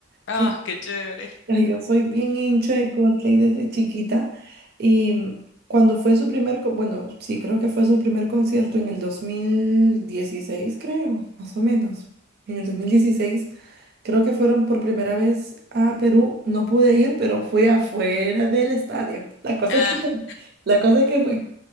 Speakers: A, on the left; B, on the right.
A: Ah,
B: que
A: qué chévere.
B: ay, yo soy bien hincha de Coldplay desde chiquita. Y mm, cuando fue su primer, co- bueno, sí, creo que fue su primer concierto en el 2016 creo, más o menos. En el 2016. Creo que fueron por primera vez a Perú. No pude ir, pero fui afuera del estadio. La cosa
A: Ah,
B: es que, <laughs> la cosa es que fui.